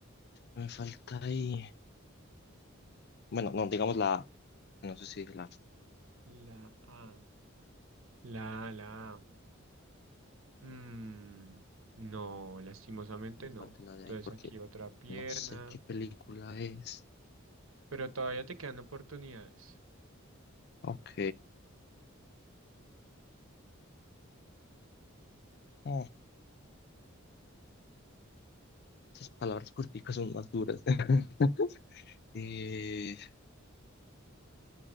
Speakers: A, on the left (about 50°); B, on the right (about 85°).
A: Me falta ahí. Bueno, no, digamos la A. No sé si dije la A.
B: La A, la A, la A. Mm, no, lastimosamente
A: Me
B: no.
A: falta la de
B: Entonces
A: ahí porque
B: aquí otra pierna,
A: no sé qué película es.
B: pero todavía te quedan oportunidades.
A: Ok. Oh, esas palabras corticas son más duras. <laughs> Eh,